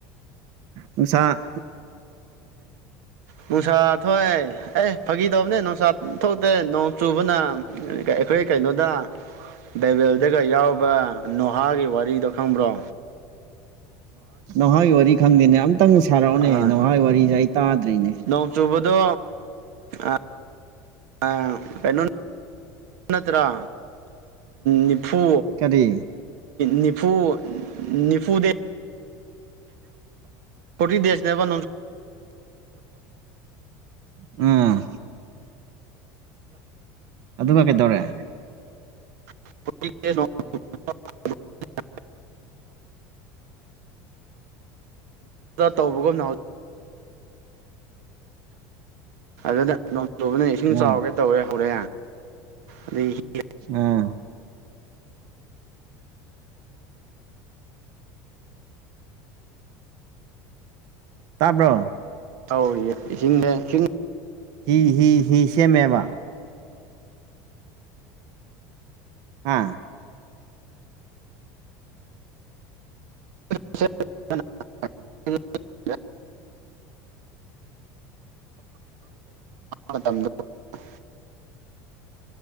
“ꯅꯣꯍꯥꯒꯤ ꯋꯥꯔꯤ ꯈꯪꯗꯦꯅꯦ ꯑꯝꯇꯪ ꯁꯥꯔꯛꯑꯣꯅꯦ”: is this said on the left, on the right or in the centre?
Right